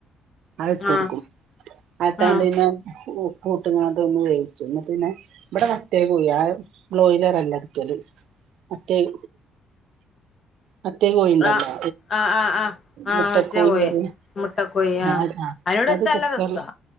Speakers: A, on the right (about 80°); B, on the left (about 45°).
A: അഹ് ഇട്ടോക്കും
B: ആഹ്
A: അഹ്ട്ടാണ്ട്
B: ആഹ്
A: പിന്നെ ഉ പ്പൂട്ട്ങ്ങാണ്ട് ഒന്ന് വേവിച്ചു ന്നട്ട് പിന്നെ ഇവിടെ മറ്റേ കോയിയ ബ്രോയിലറല്ല കിട്ടല് മറ്റേയ് മറ്റേ കോയിണ്ടല്ലോ
B: ആഹ് ആഹ് ആഹ് ആഹ് ആഹ്
A: മുട്ടകോയി
B: മറ്റേ കോയി
A: അറിം
B: മുട്ടക്കോയി
A: ആഹ് അത
B: അതിനോട്
A: അത്
B: വെച്ചാ
A: കുക്കാർല്
B: നല്ല രസാ